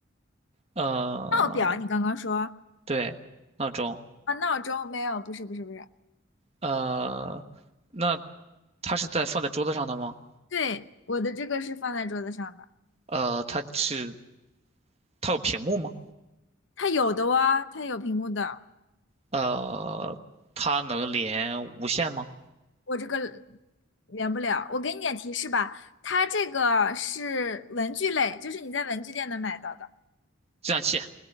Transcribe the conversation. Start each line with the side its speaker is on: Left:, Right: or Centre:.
Right: 呃，
Left: 闹表，你刚刚说
Right: 对，闹钟，
Left: 啊，闹钟没有，不是不是不是。
Right: 呃，那它是在放在桌子上的吗？
Left: 对，我的这个是放在桌子上的，
Right: 呃，它是它有屏幕吗？
Left: 它有的哦，它有屏幕的。
Right: 呃，它能连无线吗？
Left: 我这个连不了，我给你点提示吧，它这个是文具类，就是你在文具店能买到的。
Right: 计算器，